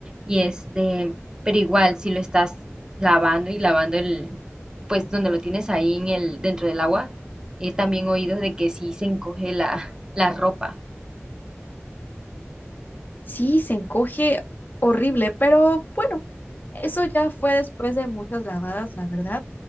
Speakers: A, on the right (about 15°); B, on the left (about 45°).
A: Y este, pero igual, si lo estás lavando y lavando el, pues donde lo tienes ahí en el, dentro del agua, he también oído de que sí se encoge la, la ropa.
B: Sí, se encoge horrible, pero bueno, eso ya fue después de muchas lavadas, la verdad.